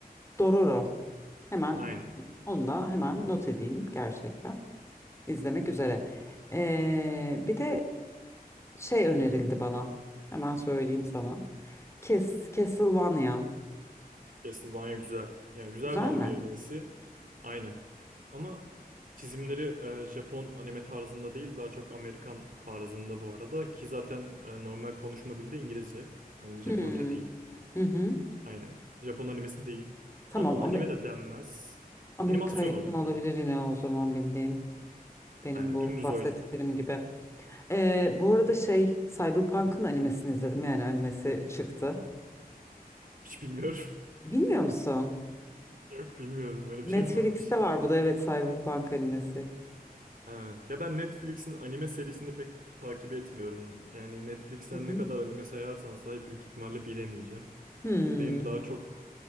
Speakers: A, on the left (about 15°); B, on the right (about 60°).
A: Dororo. Hemen
B: Aynen.
A: onu da hemen not edeyim gerçekten. İzlemek üzere. Ee, bir de şey önerildi bana. Hemen söyleyeyim sana. Kes, Castlevania.
B: Castlevania güzel. Yani güzel
A: Güzel
B: vampir
A: mi?
B: animesi. Aynen. Ama çizimleri e, Japon anime tarzında değil daha çok Amerikan tarzında bu arada. Ki zaten e, normal konuşma dili de İngilizce. Hani Japonca
A: Hmm.
B: değil.
A: Hı hı.
B: Aynen. Japon animesi değil.
A: Tamam.
B: Tam anime
A: Amer-
B: de denmez.
A: Amerika
B: Animasyon
A: yapımı
B: o bildiğin.
A: olabilir yine o zaman bildiğin. Benim
B: Aynen
A: bu
B: dümdüz
A: bahsettiklerim
B: öyle.
A: gibi. Ee, bu arada şey Cyberpunk'ın animesini izledim yani animesi çıktı.
B: Hiç bilmiyorum.
A: Bilmiyor musun?
B: <laughs> Yok bilmiyorum. Öyle
A: Netflix'te
B: bir şey mi varmış?
A: var bu da evet Cyberpunk animesi.
B: Ha. Ya ben Netflix'in anime serisini pek takip etmiyorum. Yani Netflix'ten
A: Hı hı.
B: ne kadar anime sayarsan say büyük ihtimalle bilemeyeceğim.
A: Hmm,
B: Benim daha çok